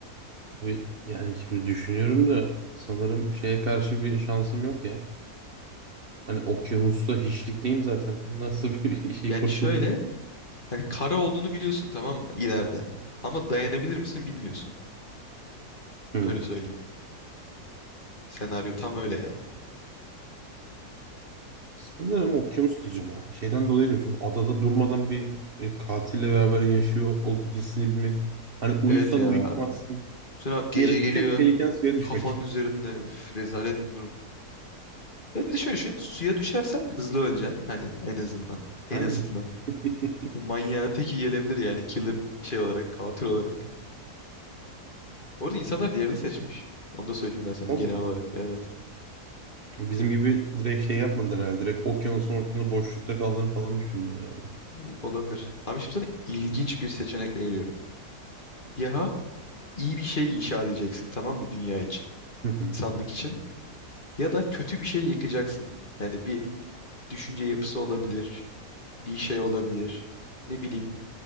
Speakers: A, on the right (about 45°); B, on the left (about 35°).
A: Abi yani şimdi düşünüyorum da sanırım şeye karşı bir şansım yok ya. Hani okyanusta hiçlikteyim zaten. Nasıl bir <laughs> şey
B: Yani
A: kurtuluş?
B: şöyle hani kara olduğunu biliyorsun tamam mı ileride. Ama dayanabilir misin bilmiyorsun.
A: Hmm.
B: Öyle söyleyeyim. Senaryo tam öyle yani.
A: Sanırım okyanus diyeceğim ya. Şeyden dolayı diyorum şimdi adada durmadan bir e, katille beraber yaşıyor ol- hissini bilmek. Hani uyusan
B: Evet ya.
A: uyutmazsın.
B: Sen abi gece
A: Diğeri
B: geliyor.
A: tek tehliken suya düşmek.
B: Kafanın üzerinde. Üf, rezalet bir durum. Ya bir de şöyle düşün. Suya düşersen hızlı öleceksin. Hani en azından. En
A: <laughs> Aynen.
B: azından.
A: <laughs>
B: E, Manyağın teki gelebilir yani. Killer şey olarak, katil olarak. Bu arada insanlar diğerini seçmiş. Onu da söyleyeyim ben sana
A: Allah
B: genel
A: Allah.
B: olarak. Evet.
A: Bizim gibi direkt şey yapmadılar herhalde. Direkt okyanusun ortasında boşlukta kaldığını falan düşündüler herhalde.
B: Hmm, Olabilir. Abi şimdi sana ilginç bir seçenekle geliyorum. Ya iyi bir şey inşa edeceksin tamam mı dünya için,
A: Hı hı.
B: insanlık için ya da kötü bir şey yıkacaksın. Yani bir düşünce yapısı olabilir, bir şey olabilir, ne bileyim